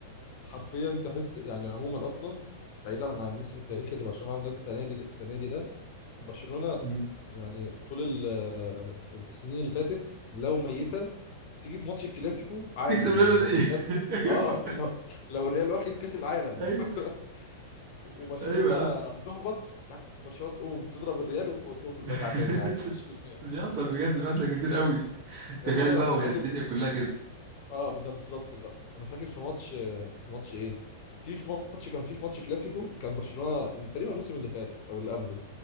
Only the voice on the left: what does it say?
حرفيا تحس يعني عموما اصلا بعيدا عن الموسم التاريخي اللي برشلونه عملته السنه دي السنه دي ده برشلونه
يعني طول ال- آه، السنين اللي فاتت لو ميته تيجي في ماتش الكلاسيكو عادي
يعني لو
الريال
اه آه، لو لو الريال واخد كاس العالم
<laughs> وبرشلونه
هتهبط لا برشلونه تقوم تضرب الريال وتقوم
راجعه تاني عادي مفيش مشكله
والله
انا
انا
فاكر
اه ده بالظبط بقى انا فاكر في ماتش في ماتش ايه في في ماتش كان في في ماتش كلاسيكو كان برشلونة تقريبا الموسم اللي فات او اللي قبله